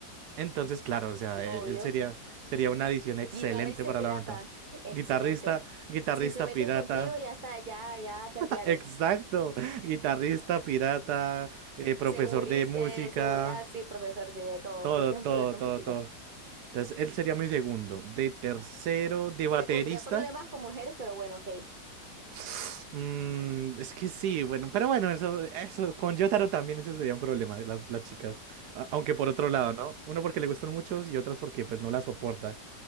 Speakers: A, on the right (about 75°); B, on the right (about 35°).
A: Entonces, claro, o sea,
B: Obvio.
A: e- él sería, sería una adición excelente
B: Guitarrista
A: para
B: y pirata.
A: la banda.
B: Excelente.
A: Guitarrista, guitarrista
B: Si se meten
A: pirata.
B: contigo, ya está, ya, ya perdieron.
A: <laughs> Exacto, guitarrista pirata, eh, profesor
B: Seguris,
A: de música,
B: eh, seguridad, sí, profesor, sí, de todo,
A: todo,
B: creo que un-
A: todo,
B: de todo
A: todo,
B: un poquito.
A: todo. Entonces, él sería mi segundo. De tercero, de baterista.
B: Te pondría problemas
A: <sniffs>
B: con mujeres, pero bueno, ok.
A: <sighs> mm, es que sí, bueno, pero bueno, eso, eso, con Jotaro también ese sería un problema, las, las chicas. A- Aunque por otro lado, ¿no? Uno porque le gustan muchos y otras porque pues no la soporta.